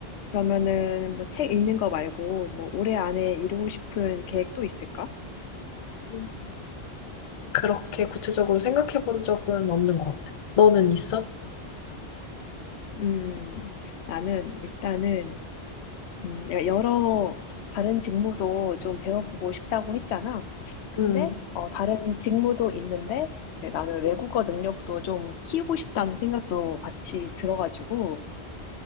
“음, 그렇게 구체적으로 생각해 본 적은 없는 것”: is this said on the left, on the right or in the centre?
Left